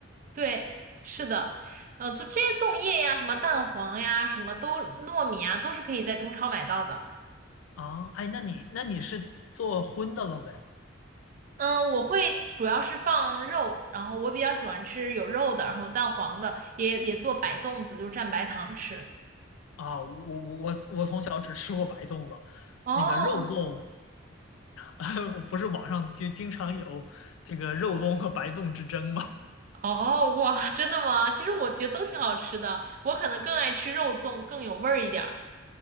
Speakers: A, on the right (about 40°); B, on the left (about 80°).
A: 对，是的，呃，做这些粽叶呀，什么蛋黄呀，什么都糯米啊，都是可以在中超买到的。
B: 啊？哎，那你那你是做荤的了呗？
A: 嗯，我会主要是放肉，然后我比较喜欢吃有肉的，然后蛋黄的，也也做白粽子，就是蘸白糖吃。
B: 啊，我我我我从小只吃过白粽子，
A: 哦
B: 那个肉粽，呃，<laughs> 不是网上就经常有这个肉粽和白粽之争吗？
A: 哦，哇，真的吗？其实我觉得都挺好吃的，我可能更爱吃肉粽，更有味儿一点儿。